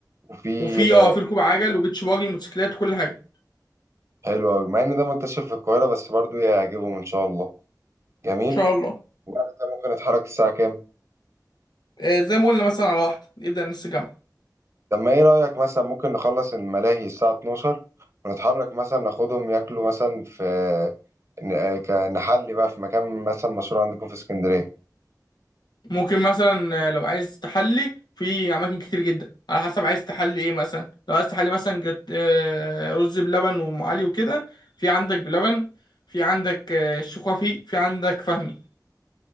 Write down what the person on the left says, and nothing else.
وفي
اه في ركوب عجل وبيتش باجي موتوسيكلات وكل حاجه ان
شاء الله
آه، زي ما قلنا مثلا على واحده نبدا نص جامعه
ممكن مثلا آه، لو عايز تحلي في اماكن كتير جدا على حسب عايز تحلي ايه مثلا لو عايز تحلي مثلا جت آه، رز بلبن وام علي وكده في عندك بلبن في عندك آه، الشيخ وفيق في عندك فهمي